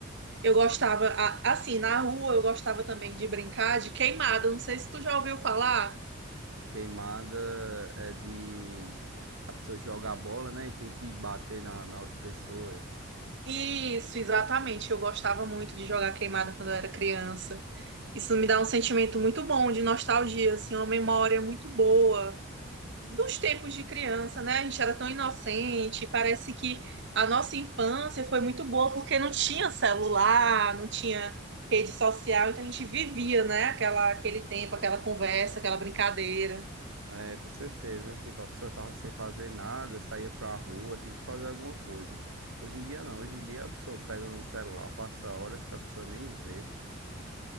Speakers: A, on the right; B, on the right.
A: Eu gostava, a- assim, na rua eu gostava também de brincar de queimada. Não sei se tu já ouviu falar.
B: queimada é de a pessoa joga a bola, né? E tem que bater na, na outra pessoa.
A: Isso, exatamente. Eu gostava muito de jogar queimada quando eu era criança. Isso me dá um sentimento muito bom de nostalgia, assim, uma memória muito boa dos tempos de criança, né? A gente era tão inocente. Parece que a nossa infância foi muito boa porque não tinha celular, não tinha rede social, então a gente vivia, né? Aquela, aquele tempo, aquela conversa, aquela brincadeira.
B: É, com certeza. Tipo, a pessoa tava sem fazer nada, saía pra rua, tinha que fazer alguma coisa. Hoje em dia não, hoje em dia a pessoa pega no celular, passa horas que a pessoa nem vê.